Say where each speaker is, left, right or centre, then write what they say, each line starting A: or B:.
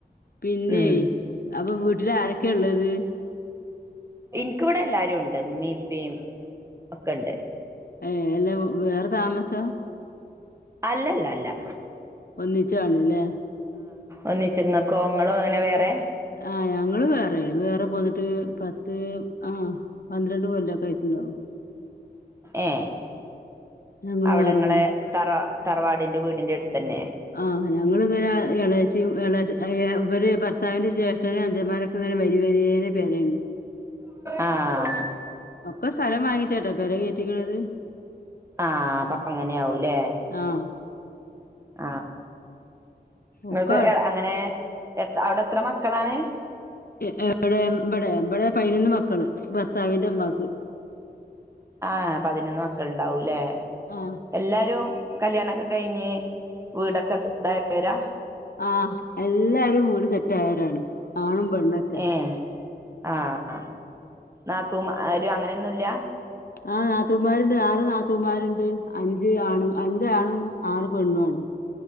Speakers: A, on the left; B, on the right.
A: പിന്നെ
B: ഉം
A: അപ്പൊ വീട്ടില് ആരെക്കെള്ളത്
B: ഇൻക്ക്വ്ടെ ല്ലാരുണ്ട് ഇമ്മിഇപ്പീ ഒക്കെണ്ട്
A: ഏ ല്ല വേറ താമസ
B: അല്ലല്ലല്ല
A: ഒന്നിച്ചാണ്ലെ
B: ഒന്നിച്ചിങ്ങക്കോ ങ്ങളും ങ്ങനെ വേറെ
A: ആ ഞങ്ങള് വേറെ വേറെ പോന്നിട്ട് പത്ത് ആ പന്ത്രണ്ട് കൊല്ലൊക്കെ ആയിക്ക് ണ്ടാവും
B: ഏ
A: ഞങ്ങള്
B: അവടെങ്ങളെ
A: വേറെ പോന്നു
B: തറ തറവാടിന്റെ വീടിന്റെട് തന്നെ
A: ആ ഞങ്ങളിങ്ങനെ എളേച്ചിം എളേ ഏ ഇവര് ഭർത്താവിന്റെ ജ്യേഷ്ഠനും അഞ്ചന്മാരൊക്കെ ഇങ്ങനെ വര് വരിവരേനെ പെരേണ്
B: ആ
A: ഒക്കെ സ്ഥലം വാങ്ങിറ്റട്ടോ പെരെ കേറ്റീക്ണത്
B: ആ അപ്പൊ അങ്ങനെവുലെ
A: ആഹ്
B: ആ
A: ഒക്കെ
B: ങ്ങക്ക്
A: അടു
B: എ അങ്ങനെ എത അവിടെത്ര മക്കളാണ്
A: എ എവിടെ ഇവിടെ ഇവിടെ പയിനൊന്ന് മക്കള് ഭർത്താവിന്റെമ്മാക്ക്
B: ആ പതിനൊന്ന് മക്കളുണ്ടാവൂല്ലേ
A: ആഹ്
B: എല്ലാരും കല്യാണക്കെ കഴിഞ്ഞ് വീടൊക്കെ സെ ഇതായവരാ?
A: ആഹ് എല്ലാരും വീട് സെറ്റായോവരാണ് ആണും പെണ്ണൊക്കെ
B: ഏഹ് ആഹ് നാതൂ മാ ആര് അങ്ങനെയൊന്നുംല്ല
A: ആ നാത്തൂന്മാരുണ്ട് ആറ് നാത്തൂന്മാരുണ്ട് അഞ്ച് ആണു അഞ്ച് ആണും ആറ് പെണ്ണും ആണ്